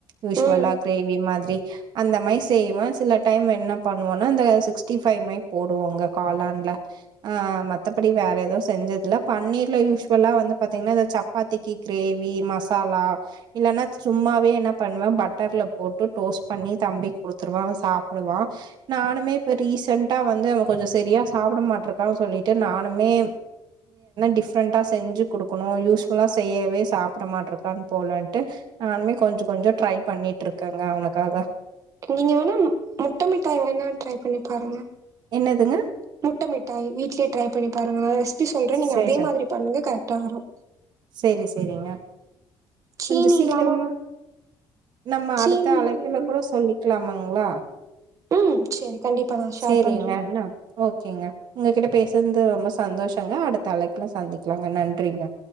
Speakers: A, on the right; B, on the right.
A: யூஷ்வல்லா
B: ம்
A: கிரேவி மாதிரி அந்த மை செய்வே சில டைம் என்ன பண்ணுவன்னா இந்த சிக்ஸ்டி ஃபைவ் மாரி போடுவோங்க காளான்ல ஆ மத்தபடி வேற எதுவு செஞ்சதில்ல பன்னீர்ல யூஷ்வலா வந்து பாத்தீங்னா இந்த சப்பாத்திக்கு கிரேவி மசாலா இல்லன்னா சும்மாவே என்ன பண்வ பட்டர்ல போட்டு டோஸ்ட் பண்ணி தம்பிக் குடு குருவே அவ சாப்புடுவா நானுமே இப்ப ரீசண்ட்டா வந்து அவ கொஞ்ச சரியா சாப்புட மாட்ருக்கானு சொல்லிட்டு நானுமே டிஃப்ரெண்டா செஞ்சு குடுக்கணு யூஷ்வல்லா செய்யவே சாப்புட மாட்ருக்கான் போலன்ட்டு நானுமே கொஞ்ச கொஞ்சொ ட்ரை பண்ணிட்ருக்கேங்க அவனுக்காக
B: நீங்க வேணா முட்ட மிட்டாய் வேணா ட்ரை பண்ணி பாருங்க
A: என்னதுங்க
B: முட்டமிட்டாய் வீட்லயே ட்ரை பண்ணி பாருங்களே எப்டி சொல்றேன் நீங்க
A: சேரி
B: அதே
A: சேரி
B: மாதிரி பண்ணுங்க கரெ ட்டா வரும்
A: சேரி செரிங்க
B: சீனி
A: கொஞ்ச சீக்கிரமா
B: இல்லாம
A: நம்ம
B: சீனி
A: அடுத்த அழைப்புல
B: இல்ல
A: கூட சொல்லிக்லாமாங் களா
B: ம் சரி கண்டிப்பா நான் ஷேர்
A: சேரிங்க
B: பண்றேன்.
A: அனா ஓகேங்க உங்க கிட்ட பேசுனது ரொம்ப சந்தோஷங்க அடுத்த அழைப்புல சந்திக்கலாங்க நன்றிங்க